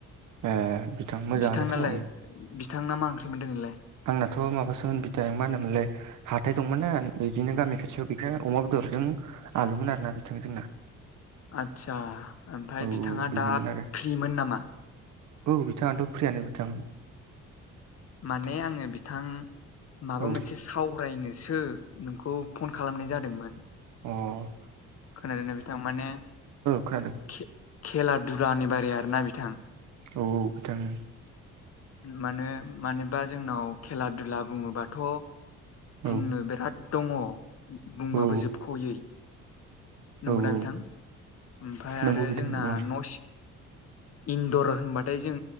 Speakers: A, on the right (about 80°); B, on the left (about 55°).
A: ए मोजाङानोथ'
B: बिथां नालाय
A: ओं
B: बिथांना मा ओंख्रिमोन दोनैलाय
A: आंनाथ' माबासोमोन बिथां मा होनोमोनलाय हाथाय दंमोन ना इदिनो गामि खाथियाव बेखानो अमा बेदरजों आलुमोन आरोना बिथां जोंना
B: आदसा ओमफाय
A: औ औ
B: बिथाङा
A: बेनोमोन
B: दा
A: आरो
B: फ्रिमोन नामा?
A: औ बिथाङाथ' फ्रियानो बिथां
B: माने आङो बिथां माबा
A: औ ओ
B: मोनसे सावरायनोसो नोंखौ फन खालामनाय जादोंमोन।
A: अह
B: खोनादोंना बिथां माने
A: खोनादों
B: खे खेला दुलानि बारै आरोना बिथां।
A: औ औ बिथां।
B: मानो मानोबा जोंनाव खेला दुला बुङोबाथ' बुंनो
A: औ
B: बिराद दङ बुंबाबो
A: औ
B: जोबख'यै नंगौना
A: औ औ
B: बिथां ओमफाय आरो
A: नंगौ बिथां
B: जोंना
A: नंगौ
B: न' सिं इन्दर होनबाथाय जों